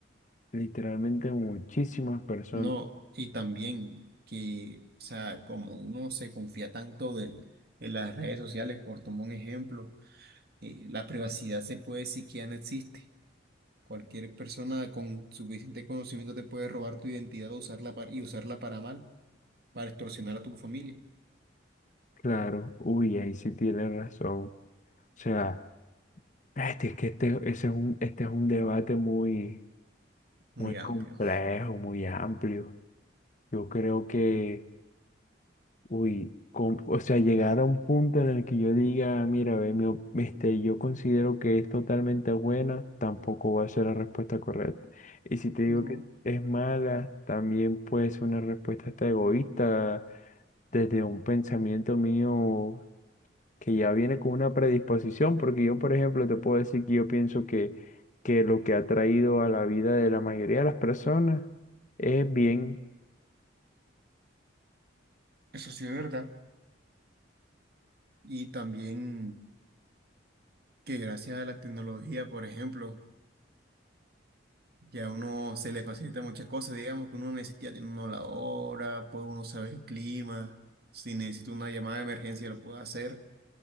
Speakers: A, on the left; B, on the right.
A: Literalmente muchísimas personas.
B: No, y también que, o sea, como uno se confía tanto del, en las redes sociales, por tomar un ejemplo, eh, la privacidad se puede decir que ya no existe. Cualquier persona con suficiente conocimiento te puede robar tu identidad o usarla para, y usarla para mal, para extorsionar a tu familia.
A: Claro, uy, ahí sí tiene razón. O sea, este, es que este, ese es un, este es un debate muy,
B: Muy
A: muy complejo,
B: amplio.
A: muy amplio. Yo creo que, uy, com- o sea, llegar a un punto en el que yo diga, mira, ve, mi op- este, yo considero que es totalmente buena, tampoco va a ser la respuesta correcta. Y si te digo
B: No,
A: que es mala, también puede ser una respuesta hasta egoísta desde un pensamiento mío que ya viene con una predisposición, porque yo, por ejemplo, te puedo decir que yo pienso que, que lo que ha traído a la vida de la mayoría de las personas es bien.
B: eso sí es verdad. Y también que gracias a la tecnología, por ejemplo, Ya a uno se le facilita muchas cosas, digamos que uno necesita tener uno la hora, puede uno saber el clima, si necesita una llamada de emergencia lo puede hacer.